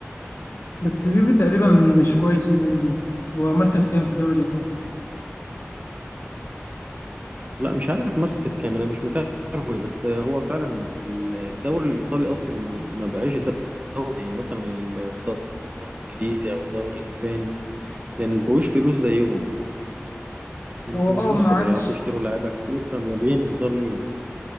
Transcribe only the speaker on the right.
لا مش عارف مركز كامل انا مش متابع قوي بس هو فعلا الدوري الايطالي اصلا ما بقاش دوري يعني مثلا الدوري الانجليزي او الدوري الاسباني لان ما فيهوش فلوس زيهم كان
في
فلوس
فبيعرفوا
يشتروا لعيبه كتير فموضوعين انذار ليهم